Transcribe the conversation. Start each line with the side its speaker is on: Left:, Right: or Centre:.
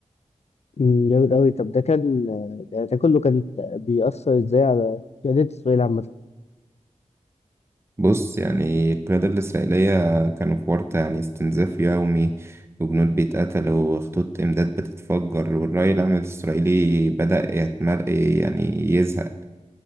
Left: مم، جامد أوي طب ده كان آه، ده ده كله كان بيأثر إزاي على قيادات إسرائيل عامة؟
Right: بص يعني القيادة الإسرائيلية كانوا في ورطة يعني استنزاف يومي وجنود بيتقتلوا وخطوط إمداد بتتفجر والرأي العام الإسرائيلي بدأ يتمل يعني يزهق